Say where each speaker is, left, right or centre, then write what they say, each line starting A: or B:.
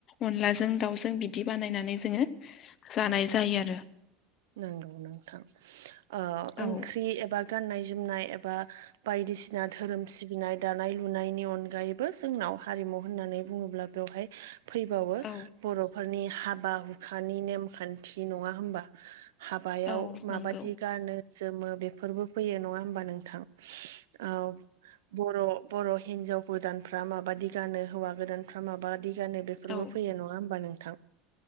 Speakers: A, on the left (about 45°); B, on the right (about 80°).
A: अनलाजों दाउजों बिदि बानायनानै जोङो जानाय जायो आरो।
B: नंगौ नोंथां ओ
A: औ
B: ओंख्रि एबा गाननाय जोमनाय एबा बायदिसिना धोरोम सिबिनाय दानाय लुनायनि अनगायैबो जोंनाव हारिमु होननानै बुङोब्ला बेवहाय फैबावो
A: औ
B: बर'फोरनि हाबा हुखानि नेमखान्थि नङा होमबा? हाबायाव
A: औ
B: माबायदि
A: नंगौ
B: गानो जोमो बेफोरबो फैयो नङा होमबा नोंथां? औ बर' बर' हिनजाव गोदानफ्रा माबादि गानो हौवा गोदानफ्रा माबादि गानो बेफोरबो
A: औ
B: फैयो नङा हबा नोंथां